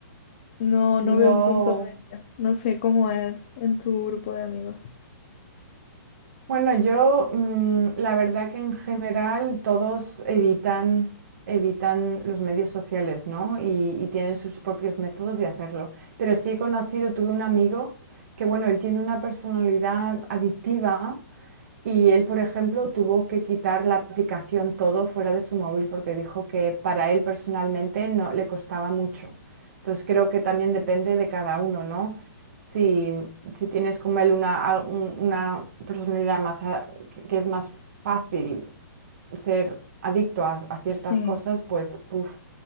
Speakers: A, on the left; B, on the right.
A: No,
B: wow,
A: no veo un punto medio. No sé cómo es en tu grupo de amigos.
B: Bueno, yo mm, la verdad que en general todos evitan, evitan los medios sociales, ¿no? Y, y tienen sus propios métodos de hacerlo. Pero sí he conocido, tuve un amigo que, bueno, él tiene una personalidad adictiva y él, por ejemplo, tuvo que quitar la aplicación todo fuera de su móvil porque dijo que para él personalmente no le costaba mucho. Entonces creo que también depende de cada uno, ¿no? Si, si tienes como él una, al- un- una personalidad más a- que que es más fácil ser adicto a, a ciertas
A: Sí.
B: cosas, pues puf.